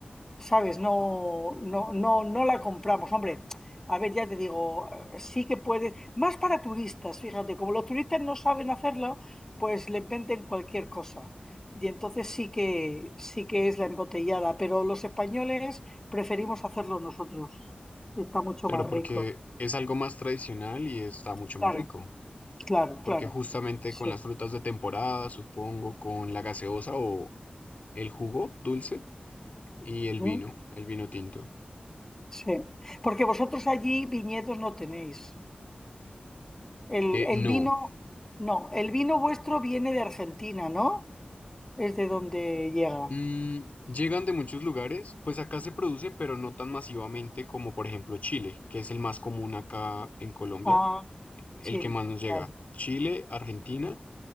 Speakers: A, on the left; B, on the left.
A: ¿sabes? No, no, no, no la compramos. Hombre, a ver, ya te digo, eh, sí que puedes, más para turistas, fíjate, como los turistas no saben hacerla, pues les venden cualquier cosa. Y entonces sí que, sí que es la embotellada, pero los españoles preferimos hacerlo nosotros. Está mucho
B: Claro,
A: más
B: porque
A: rico.
B: es algo más tradicional y está mucho
A: Claro,
B: más rico,
A: claro,
B: porque
A: claro.
B: justamente
A: Sí.
B: con las frutas de temporada, supongo, con la gaseosa o el jugo dulce y el
A: ¿Mm?
B: vino, el vino tinto.
A: Sí. Porque vosotros allí viñedos no tenéis. El,
B: Eh,
A: el
B: no,
A: vino, no, el vino vuestro viene de Argentina, ¿no? Es de donde llega.
B: Mm, llegan de muchos lugares, pues acá se produce, pero no tan masivamente como por ejemplo Chile, que es el más común acá en Colombia,
A: Ah,
B: el
A: Chile,
B: que más nos llega.
A: vale.
B: Chile, Argentina